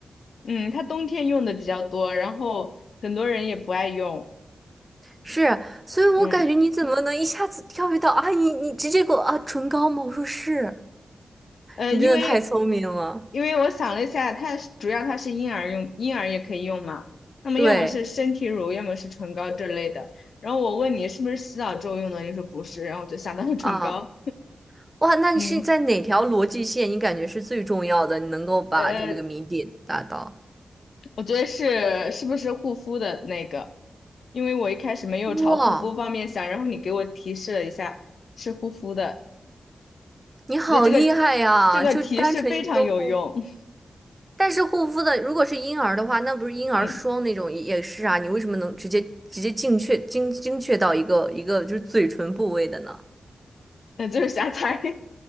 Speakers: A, on the left; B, on the right.
A: 嗯，它冬天用的比较多，然后很多人也不爱用。
B: 是，所以我感觉你怎么能一下子跳跃到啊？
A: 嗯
B: 你你直接给我啊唇膏吗？我说是，
A: 呃，
B: 你真的太聪明了。
A: 因为因为我想了一下，它是主要它是婴儿用，婴儿也可以用嘛。那么要么是身体乳，
B: 对
A: 要么是唇膏这类的。然后我问你是不是洗澡之后用的，你说不是，然后我就想到了唇膏。
B: 啊，哇，那你是在哪条逻辑线？
A: 嗯
B: 你感觉是最重要的，你能够把这个谜底达到？
A: 呃，我觉得是是不是护肤的那个？因为我一开始没有朝护肤方面想，
B: 哇，
A: 然后你给我提示了一下是护肤的。
B: 你好厉害呀！
A: 我觉得这个这个提示非常有用。
B: 就单纯一个护肤，但是护肤的如果是婴儿的话，那不是婴儿霜那种也也是啊？
A: <laughs> 嗯，
B: 你为什么能直接直接精确精精确到一个一个就是嘴唇部位的呢？
A: 那就是瞎猜。